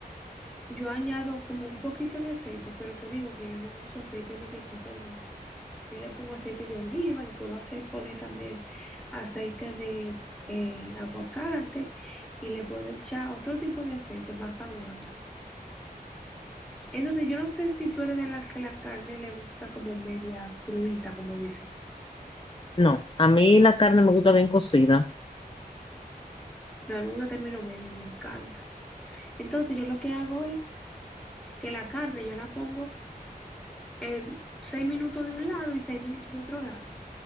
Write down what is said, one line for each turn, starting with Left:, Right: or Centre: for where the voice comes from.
Centre: yo añado como un poquito de aceite, pero te digo que yo no uso aceite de que crisol, no. no. Yo le pongo aceite de oliva, le puedo hacer poner también aceite de eh, aguacate y le puedo echar otro tipo de aceite más saludable. Entonces, yo no sé si tú eres de las que la carne le gusta como media cruita, como dicen.
Left: No, a mí la carne me gusta bien cocida.
Centre: No, a mí me gusta término medio, me encanta. Entonces, yo lo que hago es que la carne yo la pongo eh, seis minutos de un lado y seis minutos de otro lado.